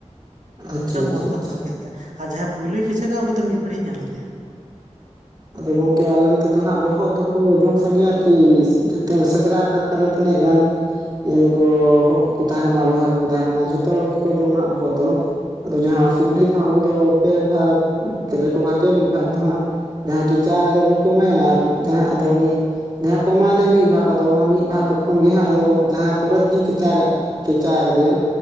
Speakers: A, on the right (about 35°); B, on the right (about 90°).
A: ᱟᱪᱪᱷᱟ
B: ᱢᱤᱫᱴᱟᱱ
A: ᱟᱪᱪᱷᱟ
B: ᱦᱚᱲ ᱠᱚ
A: ᱟᱪᱪᱷᱟ᱾
B: ᱦᱟᱛᱟᱣ ᱠᱟᱭ ᱠᱮᱭᱟ ᱟᱨ ᱡᱟᱦᱟᱸᱭ ᱯᱩᱭᱞᱩᱭ ᱠᱮᱪᱟᱠᱟ ᱩᱱᱤ ᱫᱚ ᱢᱤᱫ ᱯᱷᱟᱹᱲᱤᱭ ᱧᱟᱢ ᱜᱮᱭᱟ
A: ᱟᱫᱚ ᱜᱚᱝᱠᱮ ᱟᱞᱮ ᱱᱚᱛᱮ ᱫᱚ ᱦᱟᱸᱜ ᱵᱚᱦᱚᱜ ᱫᱚ ᱠᱚ ᱡᱚᱢ ᱥᱟᱸᱜᱮᱭᱟ ᱟᱨ ᱠᱤ ᱥᱮᱸᱫᱽᱨᱟ ᱠᱟᱨᱠᱟ ᱟᱨᱚ ᱛᱤᱱᱟᱹᱜ ᱜᱟᱱ ᱤᱭᱟᱹ ᱠᱚ ᱦᱚᱲ ᱠᱚᱠᱚ ᱛᱟᱦᱮᱸ ᱠᱟᱱᱟ ᱵᱚᱭᱦᱟ ᱠᱚᱠᱚ ᱛᱟᱦᱮᱸ ᱠᱟᱱᱟ ᱡᱷᱚᱛᱚ ᱦᱚᱲ ᱜᱮ ᱠᱚ ᱡᱚᱢᱟ ᱦᱟᱸᱜ ᱵᱚᱦᱚᱜ ᱫᱚ ᱟᱫᱚ ᱡᱟᱦᱟᱸ ᱥᱩᱠᱨᱤ ᱫᱚ ᱦᱟᱸᱜ ᱩᱱᱤ ᱫᱚ ᱯᱮ ᱵᱷᱟᱠ ᱨᱮ ᱠᱚ ᱵᱷᱟᱠᱮᱭᱟ ᱢᱤᱫ ᱵᱷᱟᱠ ᱫᱚ ᱦᱟᱸᱜ ᱡᱟᱦᱟᱸᱭ ᱠᱮᱪᱟᱜ ᱠᱟᱫᱮᱭᱟᱭ ᱩᱱᱤ ᱠᱚ ᱮᱢᱟᱭᱟ ᱟᱨ ᱡᱟᱦᱟᱸ ᱟᱫᱚ ᱩᱱᱤ ᱡᱟᱦᱟᱸ ᱠᱚ ᱮᱢᱟ ᱫᱮᱭᱟ ᱢᱤᱫ ᱵᱷᱟᱠ ᱟᱫᱚ ᱚᱱᱟ ᱢᱤᱫ ᱵᱷᱟᱠ ᱠᱷᱚᱱ ᱜᱮ ᱦᱟᱸᱜ ᱟᱫᱚ ᱡᱟᱦᱟᱸ ᱯᱚᱨᱮ ᱛᱤᱠᱤᱱ ᱠᱮᱪᱟᱠᱟ ᱠᱮᱪᱟ ᱠᱟᱫᱮᱭᱟ